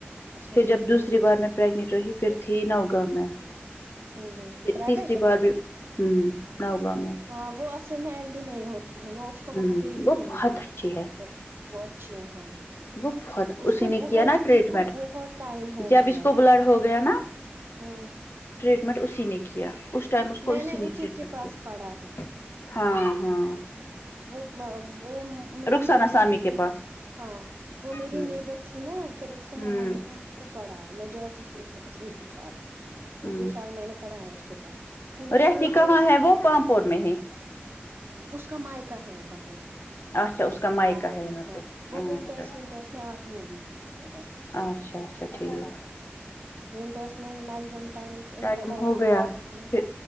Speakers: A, on the right (about 65°); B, on the left (about 70°).
A: اچھا
B: پھر
A: ٹھیک
B: جب دوسری بار میں گٹ رہی پھر تھی نہ ہوگا میں
A: ہوں پرائیویٹ
B: تیسری بار بھی ہوں نو گاؤ میں
A: ہاں وہ اصل میں ایل ڈی میں ہی ہوتی ہے نا اس کو
B: ہوں
A: وہاں پہ ہی
B: وہ
A: روم
B: بہت
A: ہے
B: اچھی
A: اوپر وہ اچھی یہ ہاں
B: وہ بہت
A: اس
B: اسی
A: کو
B: نے
A: بہت
B: کیا نا ٹریٹمنٹ
A: اس کو بہت ٹائم ہو
B: جب
A: گیا
B: اس کو بلڈ ہو گیا نا
A: ہوں
B: ٹریٹمنٹ اسی نے کیا اس ٹائم اس کو
A: میں
B: اسی نے ٹریٹمنٹ
A: کے پاس
B: کیا
A: پڑھا ہے
B: ہاں ہاں
A: وہ وہ میری
B: رخسانہ
A: نیبر
B: سامی
A: ہی
B: کے پاس
A: ہاں وہ میری
B: ہوں
A: نیبر تھی نا پھر اس کو
B: ہوں
A: ماما نے کہا اس کو پڑھاؤ میں جاتی تھی اس کے پاس ایک دو سال
B: ہوں
A: ایک دو سال میں نے پڑھا ہے اس کے پاس کیونکہ
B: رہتی
A: وہ ونٹرس
B: کہاں ہے وہ پامپور میں ہی
A: اس کا مائکہ ہے یہاں پہ
B: اچھا اس کا مائیکا
A: پامپور
B: ہے
A: میں
B: یہاں
A: ہاں
B: پہ
A: وہ
B: اچھا
A: ونٹرس ونٹرس میں آتی ہیں بیچ بیچ میں ادھر
B: اچھا اچھا ٹھیک
A: ونٹرس میں مگزمم ٹم ان
B: ٹائم
A: کا آف
B: ہو گیا
A: ہی ہوتا ہے نا
B: پھر